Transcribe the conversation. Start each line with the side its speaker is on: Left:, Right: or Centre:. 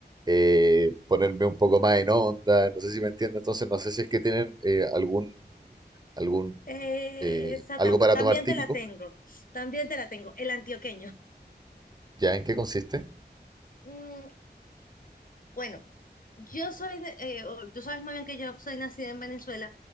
Right: eh, ponerme un poco más en onda. No sé si me entiendes, entonces no sé si es que tienen eh, algún, algún,
Left: Eh,
Right: eh,
Left: Esa
Right: algo
Left: tam-
Right: para
Left: también
Right: tomar típico.
Left: te la tengo, también te la tengo, el antioqueño.
Right: ¿Ya? ¿En qué consiste?
Left: Mm, bueno, yo soy de, eh, o- tú sabes muy bien que yo soy nacida en Venezuela.